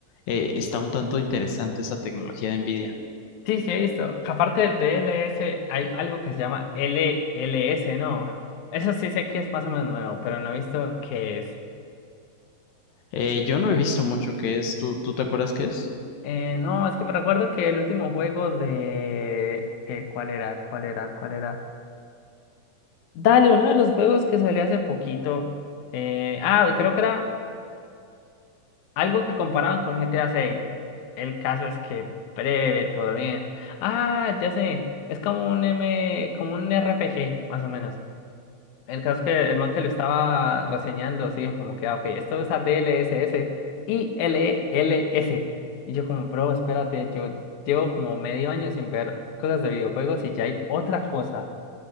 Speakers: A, on the left; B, on the left.
A: eh, está un tanto interesante esa tecnología de NVIDIA.
B: Sí, sí, he visto. Aparte del D L S hay algo que se llama L L S ¿no? Eso sí sé que es más o menos nuevo, pero no he visto qué es.
A: Eh, yo no he visto mucho qué es. ¿Tú, tú te acuerdas qué es?
B: Eh, no, es que me recuerdo que el último juego de... eh, ¿cuál era? ¿Cuál era? ¿Cuál era? Dale, uno de los juegos que salió hace poquito. eh, ah, creo que era algo que comparaban con G T A seis El caso es que breve, todo bien. Ah, ya sé. Es como un M, como un R P G más o menos. El caso es que el man que lo estaba reseñando, sí, dijo como que, ah, ok, esto usa D L s S y l l s Y yo como, bro, espérate, yo llevo como medio año sin ver cosas de videojuegos y ya hay otra cosa.